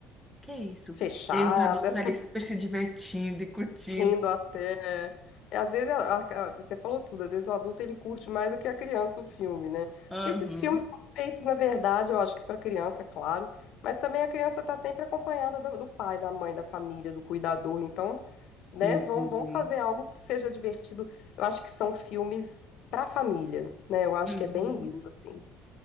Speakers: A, in the centre; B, on the left.
A: que é isso?
B: fechada.
A: E aí os adultos ali super se divertindo e curtindo.
B: rindo até. É, Às vezes, a- a- a- você falou tudo, às vezes o adulto ele curte mais do que a criança o filme, né?
A: Aham.
B: Porque esses filmes são feitos, na verdade, eu acho que para criança, claro, mas também a criança está sempre acompanhada do, do pai, da mãe, da família, do cuidador. Então,
A: Sim.
B: né, vamos, vamos fazer algo que seja divertido. Eu acho que são filmes para família, né? Eu acho
A: Uhum.
B: que é bem isso, assim.